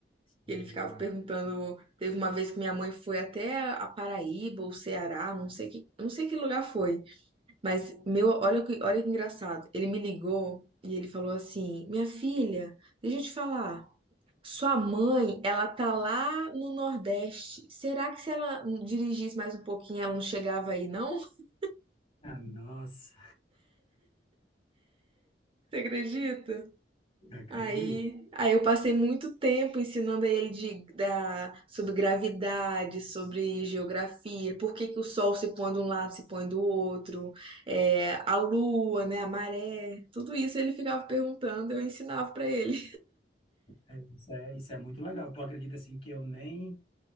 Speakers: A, on the right; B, on the left.
A: E
B: Hum.
A: ele ficava perguntando. Teve uma vez que minha mãe foi até a a Paraíba ou Ceará, não sei que, não sei que lugar foi, mas meu, olha que, olha que engraçado. Ele me ligou e ele falou assim: "Minha filha, deixa eu te falar. Sua mãe, ela tá lá no Nordeste. Será que se ela dirigisse mais um pouquinho, ela não chegava aí, não? <laughs>
B: Ah, nossa,
A: Você acredita?
B: eu acredito.
A: Aí, aí eu passei muito tempo ensinando a ele de, da, sobre gravidade, sobre geografia, por que que o sol se põe de um lado, se põe do outro, é, a lua, né, a maré. Tudo isso ele ficava perguntando, eu ensinava pra ele.
B: É, isso é, isso é muito legal. Tu acredita assim que eu nem,